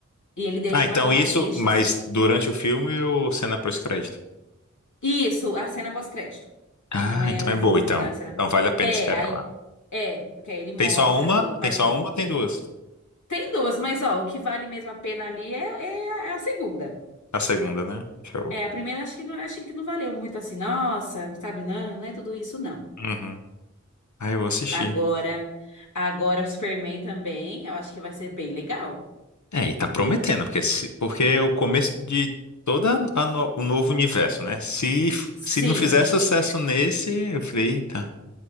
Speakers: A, on the left; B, on the left.
A: E ele deixa
B: Ah, então
A: uma, uma
B: isso,
A: deixa
B: mas
A: assim.
B: durante o filme ou cena pós-crédito?
A: Isso, a cena pós-crédito.
B: Ah,
A: Não é
B: então
A: o
B: é
A: fi-
B: boa,
A: o filme,
B: então.
A: não. Essa...
B: Então vale a pena
A: É,
B: esperar
A: aí.
B: lá.
A: É, porque aí ele mostra
B: Tem só uma?
A: o quarteto.
B: Tem só uma ou tem duas?
A: Tem duas, mas ó, o que vale mesmo a pena ali é, é, a é a segunda.
B: A segunda, né? Show.
A: É, a primeira acho que não, achei que não valeu muito assim. Nossa, sabe? Não, não é tudo isso, não.
B: Uhum. Ah, eu vou assistir.
A: Agora, agora o Superman também, eu acho que vai ser bem legal.
B: É, e tá prometendo, porque, se- porque é o começo de todo o novo universo, né? Se,
A: Sim,
B: se não fizer sucesso nesse, eu falei, eita.